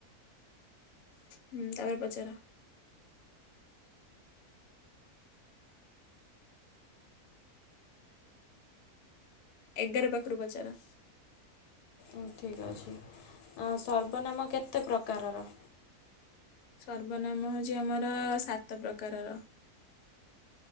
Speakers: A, on the left; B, on the left.
A: ହୁଁ ତାପରେ ପଚାର। ଏଗାର ପାଖୁରୁ ପଚାର।
B: ଉଁ ଠିକ୍ ଅଛି ଅଁ ସର୍ବନାମ କେତେ ପ୍ରକାରର?
A: ସର୍ବନାମ ହଉଛି ଆମର ସାତ ପ୍ରକାରର।